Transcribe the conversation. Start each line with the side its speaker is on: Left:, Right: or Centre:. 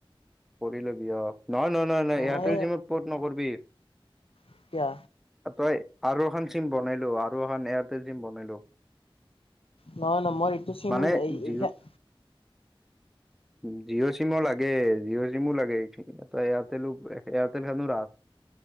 Centre: কৰি লবি অ নহয় নহয় নহয় নহয় এয়াৰটেল
Left: মই
Centre: জিমত পৰ্ট নকৰিবি।
Left: এতিয়া
Centre: তই আৰু এখন চিম বনাইলো আৰু এখন এয়াৰটেল চিম বনাই লো।
Left: নহয় নহ মই এইটো চিম
Centre: মানে
Left: এই
Centre: জিঅ'
Left: থে-
Centre: উম জিঅ'ছ চিমো লাগে জিঅ' চিমো লাগে সেইঠিকিনে তই এয়াৰটেলো এয়াৰটেলখনো ৰাখ।